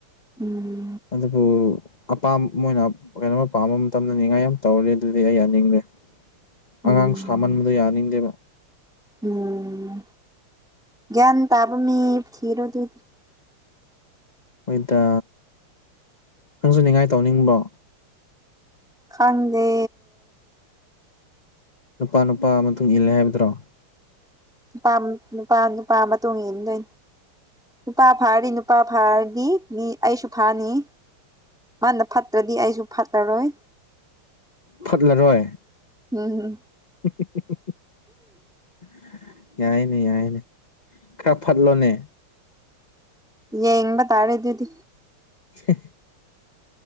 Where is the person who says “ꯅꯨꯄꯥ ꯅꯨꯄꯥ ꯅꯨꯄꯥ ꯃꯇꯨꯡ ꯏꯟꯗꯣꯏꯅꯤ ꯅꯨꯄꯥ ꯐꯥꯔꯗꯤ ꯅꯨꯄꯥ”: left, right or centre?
Centre